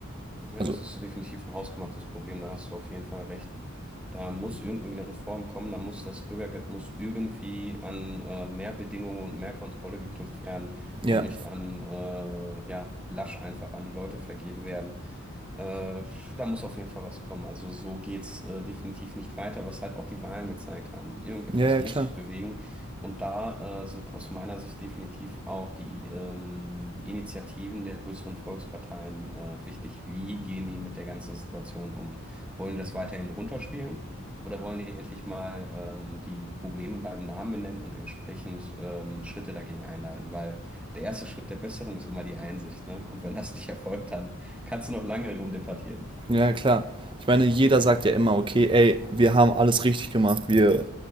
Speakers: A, in the centre; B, on the right (about 25°).
A: Ja,
B: Also,
A: das ist definitiv ein hausgemachtes Problem, da hast du auf jeden Fall recht. Da muss irgendwie eine Reform kommen, da muss das Bürgergeld muss irgendwie an äh, mehr Bedingungen und mehr Kontrolle geknüpft werden
B: ja.
A: und nicht an äh, ja, lasch einfach an die Leute vergeben werden. Äh, da muss auf jeden Fall was kommen. Also so geht's äh, definitiv nicht weiter, was halt auch die Wahlen gezeigt haben. Irgendetwas
B: Ja, ja,
A: muss
B: klar.
A: sich bewegen. Und da äh, sind aus meiner Sicht definitiv auch die ähm, Initiativen der größeren Volksparteien äh, wichtig. Wie gehen die mit der ganzen Situation um? Wollen die das weiterhin runterspielen? Oder wollen die endlich mal ähm, die Probleme beim Namen benennen und entsprechend ähm, Schritte dagegen einleiten? Weil der erste Schritt der Besserung ist immer die Einsicht, ne? Und wenn das nicht erfolgt, dann Kannst du noch lange rumdebattieren.
B: Ja, ja, klar. Ich meine, jeder sagt ja immer, okay, ey, wir haben alles richtig gemacht, wir